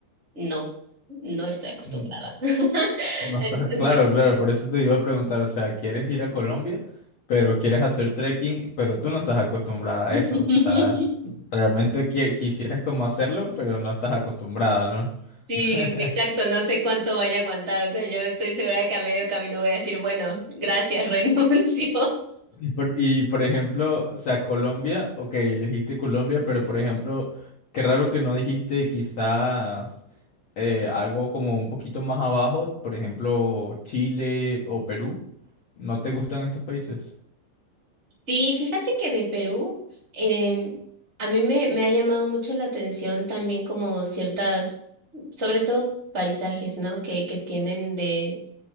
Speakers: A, on the right (about 20°); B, on the left (about 50°).
A: no, no estoy acostumbrada.
B: Mm,
A: <laughs> <laughs>
B: No está claro, claro, por eso te iba a preguntar, o sea, ¿quieres ir a Colombia, pero quieres hacer trekking, pero tú no estás acostumbrada
A: <laughs>
B: a eso? O sea, realmente qui- quisieras como hacerlo, pero no estás acostumbrada, ¿no?
A: Sí,
B: <laughs>
A: exacto, no sé cuánto vaya a aguantar, o sea, yo estoy segura de que a medio camino voy a decir, bueno, gracias, <laughs> renuncio.
B: Y por, y por ejemplo, o sea, Colombia, ok, elegiste Colombia, pero por ejemplo, qué raro que no dijiste quizás eh, algo como un poquito más abajo, por ejemplo, Chile o Perú. ¿No te gustan estos países?
A: Sí, fíjate que de Perú, em, a mí me, me ha llamado mucho la atención también como ciertas, sobre todo paisajes, ¿no? Que, que tienen de...